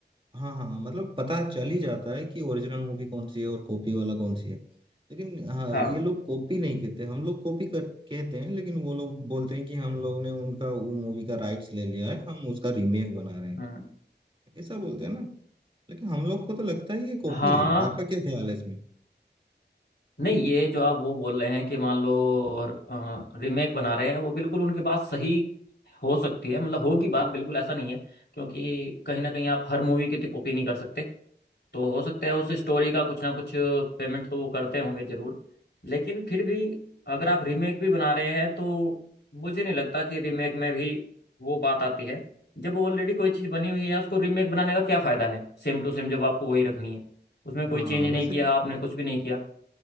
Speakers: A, on the right; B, on the left.
A: हाँ हाँ मतलब पता चल ही जाता है कि ओरिजिनल मूवी कौन सी है और कॉपी वाला कौन सी है लेकिन हाँ
B: हाँ
A: ये लोग कॉपी नहीं कहते हम लोग कॉपी कर कहते हैं लेकिन वो लोग बोलते हैं कि हम लोग ने उनका वो मूवी का राइट्स ले लिया है हम उसका रीमेक बना रहे हैं
B: हम्म
A: ऐसा बोलते हैं ना लेकिन हम लोग को तो लगता है ये कॉपी
B: हाँ
A: है आपका क्या ख्याल है इसमें
B: नहीं ये जो आप वो बोल रहे हैं कि मान लो रीमेक बना रहे हैं वो बिल्कुल उनके पास सही हो सकती है मतलब होगी बात बिल्कुल ऐसा नहीं है क्योंकि कहीं ना कहीं आप हर मूवी की तो कॉपी नहीं कर सकते तो हो सकता है उस स्टोरी का कुछ ना कुछ पेमेंट तो वो करते होंगे जरूर लेकिन फिर भी अगर आप रीमेक भी बना रहे हैं तो मुझे नहीं लगता कि रीमेक में भी वो बात आती है जब ऑलरेडी कोई चीज़ बनी हुई है उसको रीमेक बनाने का क्या फ़ायदा है सेम टू सेम जब आपको वही रखनी है उसमें कोई
A: हाँ
B: चेंज
A: वैसे
B: नहीं किया आपने कुछ भी नहीं किया